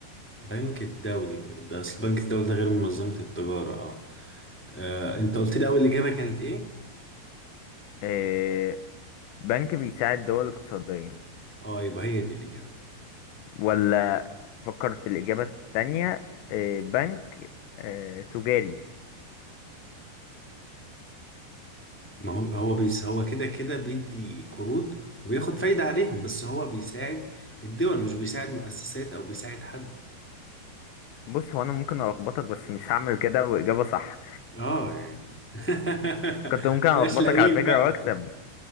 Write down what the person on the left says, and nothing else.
إيه بنك بيساعد دول اقتصاديا
ولا فكر في الإجابة التانية إيه بنك إيه تجاري
بص هو أنا ممكن ألخبطك بس مش هعمل كده وإجابة صح
كنت ممكن
ألخبطك
على فكرة
وأكسب